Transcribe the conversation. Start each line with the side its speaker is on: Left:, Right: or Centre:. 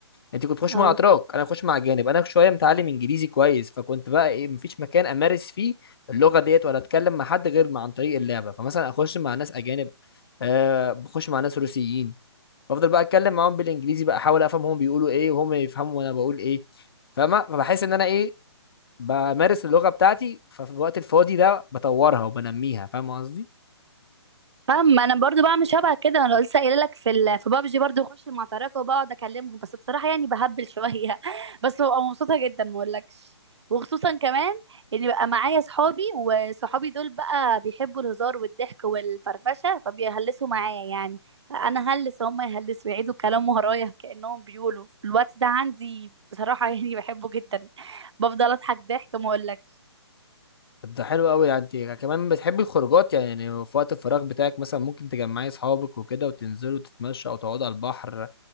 Left: انت كنت بتخش
Right: اه
Left: مع اتراك انا بخش مع اجانب انا شويه متعلم انجليزي كويس فكنت بقى ايه مفيش مكان امارس فيه اللغه ديت ولا اتكلم مع حد غير مع عن طريق اللعبه فمثلا اخش مع ناس اجانب آه بخش مع ناس روسيين بفضل بقى اتكلم معاهم بالانجليزي بقى احاول افهم هم بيقولوا ايه وهم يفهموا وانا بقول ايه فاهمه فبحس ان انا ايه بمارس اللغة بتاعتي ففي الوقت الفاضي ده بطورها وبنميها فاهم قصدي؟
Right: فاهم انا برضو بعمل شبه كده انا لسه قايله لك في ال... في بابجي برضو اخش مع تراكة وبقعد اكلمهم بس بصراحه يعني بهبل شويه <laughs> بس ببقى مبسوطه جدا ما اقولكش وخصوصا كمان ان بقى معايا صحابي وصحابي دول بقى بيحبوا الهزار والضحك والفرفشه فبيهلسوا معايا يعني انا هلس هم يهلسوا يعيدوا كلام ورايا كانهم بيقولوا الوقت ده عندي بصراحه <laughs> يعني بحبه جدا بفضل اضحك ضحك ما اقولكش
Left: طب ده حلو قوي يعني انت كمان بتحبي الخروجات يعني يعني في وقت الفراغ بتاعك مثلا ممكن تجمعي اصحابك وكده وتنزلوا تتمشوا او تقعدوا على البحر آه،